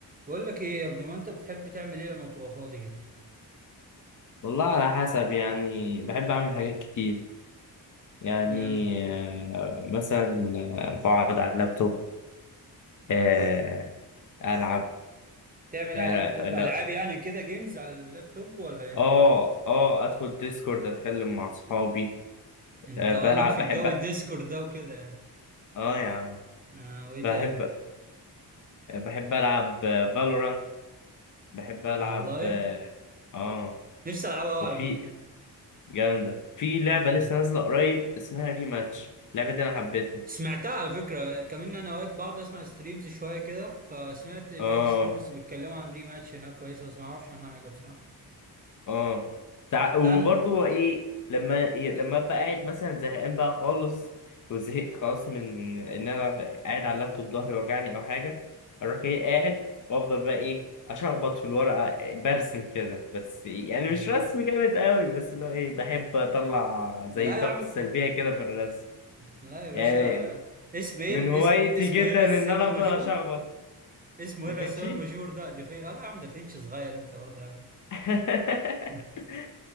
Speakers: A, on the right; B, on the left.
A: بقول لك ايه يا ابني ما انت بتحب تعمل ايه لما تبقى فاضي كده
B: والله على حسب يعني بحب أعمل حاجات كتير يعني
A: امم
B: آه، مثلا آه، بقعد على اللابتوب آه، ألعب
A: تعمل
B: آه
A: ايه على اللابتوب
B: لا.
A: العاب يعني كده جيمز على اللابتوب ولا ايه
B: آه آه أدخل ديسكورد أتكلم مع أصحابي
A: انت
B: آه،
A: اه
B: بلعب
A: ليك في
B: بحب
A: الجو الديسكورد ده وكده يعني
B: آه يا عم
A: اه وايه
B: بحب
A: تاني
B: بحب ألعب فالورانت بحب ألعب
A: والله
B: آه آه،
A: نفسي العبها قوي
B: وفي
A: على فكره
B: جامدة في لعبة
A: امم
B: لسه نازلة قريب اسمها ريماتش اللعبة دي أنا حبيتها
A: سمعتها على فكره كمان انا اوقات بقعد اسمع ستريمز شويه كده فسمعت بعض
B: آه
A: ستريمز بيتكلموا عن ريماتش هناك كويسه بس ما اعرفش عنها حاجه بصراحه
B: اه تع... وبرضه
A: لا انا
B: ايه لما لما ابقى قاعد مثلا زهقان بقى خالص وزهقت خلاص من ان انا قاعد على اللابتوب ظهري وجعني او حاجه اروح جاي قاعد وافضل بقى ايه اشخبط في الورقه برسم كده بس يعني
A: امم
B: مش رسم جامد قوي بس اللي هو ايه بحب اطلع زي
A: لا
B: طاقتي
A: يا عم
B: السلبيه كده في الرسم
A: لا يا باشا
B: يعني
A: اسم ايه
B: من هوايتي
A: اسمه اسمه
B: جدا
A: ايه الرسام
B: ان انا
A: المشهور
B: افضل اشخبط
A: اسمه ايه
B: دافنشي
A: الرسام المشهور ده دافين اه لا يا عم دافينشي صغير انت برضه يا عم
B: <laughs>
A: <laughs>